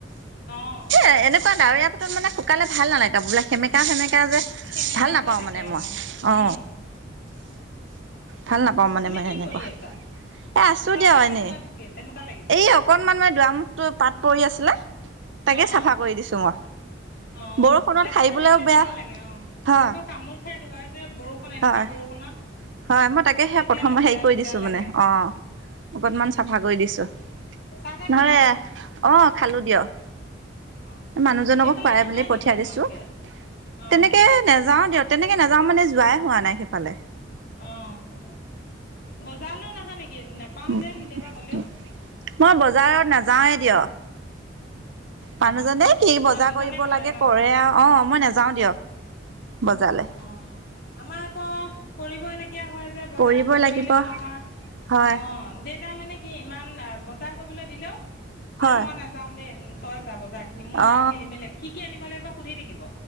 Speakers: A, on the left; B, on the right.
A: অ',
B: এই এনেকুৱা ডাৱৰীয়া পাতত মানে শুকালে ভাল নালাগে কাপোৰবিলাক সেমেকা সেমেকা যে
A: সেমেকা
B: ভাল নাপাওঁ
A: হৈ থাকে
B: মানে মই অ।
A: উম,
B: ভাল নাপাওঁ মানে
A: তুমি
B: মই
A: কি
B: এনেকুৱা
A: কৰি আছা?
B: এ আছো
A: চোতাল
B: দিয়ক
A: সাৰি
B: এনেই
A: আছা নেকি তেনেকুৱা লাগিছে
B: এই অকনমান মান দুৱাৰমুখটো পাত পৰি আছিলে তাকে
A: অ',
B: চাফা কৰি দিছো মই,
A: অ'
B: বৰষুণত
A: লেতেৰা
B: সাৰিবলৈও
A: হৈ থাকিলে
B: বেয়া
A: বেয়াও লাগে, অ'
B: হয়
A: আকৌ কামোৰ <unintelligible> এনেকুৱা
B: হয়
A: বৰষুণত
B: হয় মই তাকেহে
A: তেতিয়া
B: প্ৰথমে
A: লেতেৰা
B: হেৰি কৰি
A: লেতেৰা
B: দিছো
A: লাগে
B: মানে অ' অকনমান চাফা কৰি দিছো
A: চাহ তাহ
B: নহলে
A: খালা
B: অ' খালো দিয়ক
A: অ
B: মানুহজনকক
A: এইফালে
B: খুৱাই
A: নাহা
B: মেলি পঠিয়াই
A: নেকি তোমালোকে
B: দিছো
A: অ
B: তেনেকে নেযাও দিয়ক তেনেকে নেযাও মানে যোৱাই নাই সেইফালে
A: অ' বজাৰলৈও নাহা নেকি?
B: মই
A: নাপাও যে কেতিয়াবা
B: বজাৰত
A: গলেও
B: নাযাওৱে দিয়ক। মানুহজনে
A: অ
B: কি বজাৰ
A: মানুহজনে
B: কৰিব লাগে
A: ন
B: কৰে আৰু অ'। মই নাযাওঁ দিয়ক। বজাৰলে
A: অ' আমাৰ আকৌ কৰিব লাগে। হয় যে বজাৰ
B: কৰিবই
A: নকৰিলেও
B: লাগিব
A: নহয়
B: হয়
A: অ' দেতা মানে কি ইমান বজাৰ কৰিবলৈ দিলেও হ
B: হয়
A: মই নাযাও দেই তই যাব যা খিনি মই
B: অ
A: খেলি মেলি কি কি আনিব লাগিব সুধি থাকিব